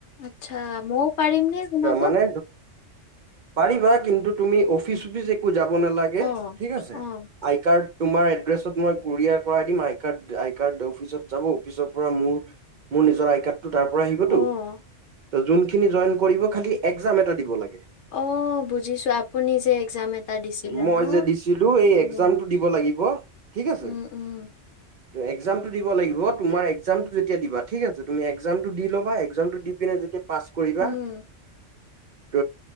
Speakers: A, on the left; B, on the right.
A: আচ্ছা ময়ও পাৰিম নে সোমাব
B: মানে পাৰিবা কিন্তু তুমি অফিচ চুফিচ একো যাবা নালাগে
A: অ',
B: ঠিক আছে
A: অ',
B: আইকাৰ্ড তোমাৰ এড্ৰেছত মই কুৰিয়াৰ কৰাই দিম আই কাৰ্ড আই কাৰ্ড অফিচত যাব অফিচৰ পৰা মোৰ মোৰ নিজৰ আই কাৰ্ডটো তাৰ পৰা আহিবতো
A: অ',
B: ত যোনখিনি জইন কৰিব খালি একজাম এটা দিব লাগে
A: অ বুজিছো আপুনি যে একজাম এটা দিছিলে
B: মই
A: ন?
B: যে দিছিলো এই
A: উম,
B: একজামটো দিব লাগিব ঠিক আছে
A: উম, উম,
B: ত একজামটো দিব লাগিব তোমাৰ একজামটো যেতিয়া দিবা ঠিক আছে তুমি একজামটো দি ল'বা একজামটো দি পিনে যেতিয়া পাছ কৰিবা
A: উম,
B: ত